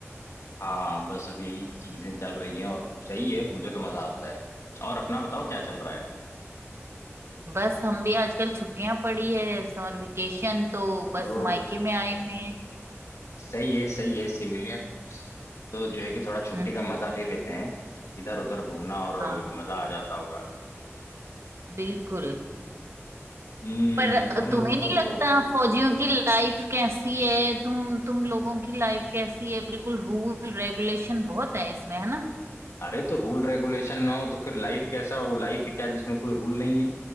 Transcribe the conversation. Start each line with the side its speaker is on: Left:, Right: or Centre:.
Left: हाँ बस अब यही चीजें चल रही हैं और सही है मुझे तो मजा आता है और अपना बताओ क्या चल रहा
Right: बस हम भी आजकल छुट्टियां पड़ी है समर वेकेशन तो बस
Left: है
Right: मायके में आए हुए हैं
Left: सही है सही है सिविलियन तो जो है कि थोड़ा छुट्टी
Right: हम्म
Left: का मजा ले लेते हैं इधर उधर घूमना
Right: हाँ
Left: और मजा आ जाता होगा
Right: बिल्कुल
Left: हम्म
Right: पर
Left: हम
Right: तुम्हें
Left: लोग
Right: नहीं
Left: को
Right: लगता
Left: तो
Right: फौजियों की लाइफ कैसी है तुम तुम लोगों की लाइफ कैसी है बिल्कुल रूल रेगुलेशन बहुत है इसमें है ना
Left: अरे तो रूल रेगुलेशन ना हो तो फिर लाइफ कैसा हो लाइफ है क्या जिसमें कोई रूल नहीं है